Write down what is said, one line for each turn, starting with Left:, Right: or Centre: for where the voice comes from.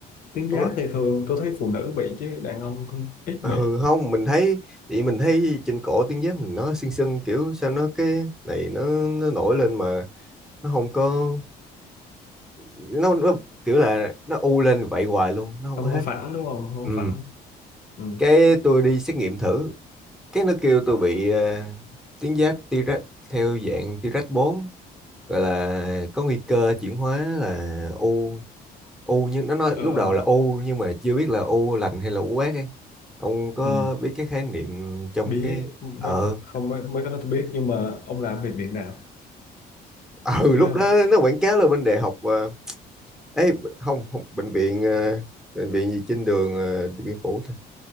Left: Tuyến
Centre: ông
Left: giáp
Centre: có...
Left: thì thường tôi thấy phụ nữ bị chứ đàn ông cũng ít
Centre: ờ,
Left: bị.
Centre: ừ không mình thấy thì mình thấy trên cổ tiếng Giáp mình nó sưng sưng kiểu sao nó cái này nó nó nổi lên mà nó không có nó, nó kiểu là nó u lên vậy hoài luôn nó không
Left: Không
Centre: có hết
Left: có phẳng đúng không? Không
Centre: ừ
Left: có phẳng. Ừ.
Centre: cái tôi đi xét nghiệm thử cái nó kêu tôi bị ờ, tuyến giáp T-rex theo dạng T-rex bốn gọi là có nguy cơ chuyển hóa là u u nhưng nó nói
Left: Ờ,
Centre: lúc đầu là u nhưng mà chưa biết là u lành hay là u ác ấy. ông có
Left: ừ.
Centre: biết cái khái niệm trong
Left: Biết
Centre: cái
Left: mấy,
Centre: ờ
Left: không mấy, mấy cái đó tôi biết nhưng mà ông làm về viện nào?
Centre: <laughs> ừ lúc
Left: Nhớ
Centre: đó
Left: không?
Centre: nó quảng cáo là bên đại học ờ, ấy không, không bệnh viện ờ, bệnh viện gì trên đường ờ, Điện Biên Phủ thôi